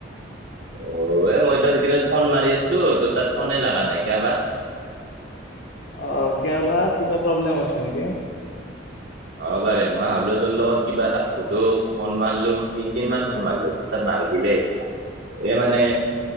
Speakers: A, on the right; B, on the left.
A: অ এ মইতো সেইকেইদিন ফোন মাৰি আছিলো তোৰ তাত ফোনে লগা নাই কিয়বা?
B: অ কিয়বা কিবা প্ৰব্লেম হৈছে নেকি?
A: অ পাৰে মই হাবলো তোৰ লগত কিবা এটা সুধো ফন্ মাৰলো তিনদিন মান ফন মাৰলো নালগিলে। এই মানে